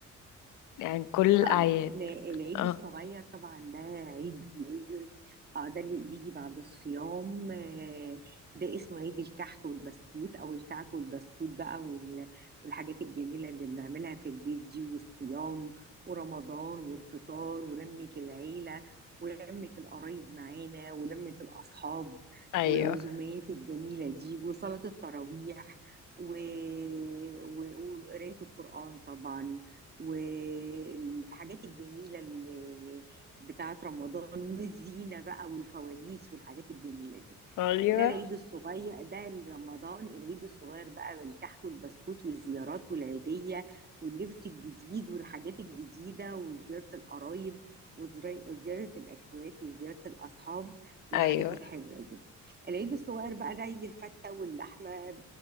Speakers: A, on the left; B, on the right.
A: <laughs> يعني كل الأعياد
B: طيب ن- العيد
A: اه
B: الصغير طبعا ده عيد بيجي اه ده اللي بيجي بعد الصيام آه، ده اسمه عيد الكحك والبسكوت او الكعك والبسكوت بقى وال- والحاجات الجميلة اللي بنعملها في البيت دي والصيام ورمضان والفطار ولمة العيلة ولمة القرايب معانا ولمة الأصحاب
A: أيوه
B: والعزومات الجميلة دي وصلاة التراويح و- و- وقراية القرآن طبعا والحاجات الجميلة اللي بتاعت رمضان والزينة بقى والفوانيس والحاجات الجميلة دي
A: أيوه
B: ده العيد الصغير ده رمضان العيد الصغير بقى بالكحك والبسكوت والزيارات والعيدية واللبس الجديد والحاجات الجديدة وزيارة القرايب وزرا- وزيارة الأخوات وزيارة الأصحاب والحاجات
A: أيوه
B: الحلوة دي العيد الصغير بقى ده عيد الفتة واللحمة آه،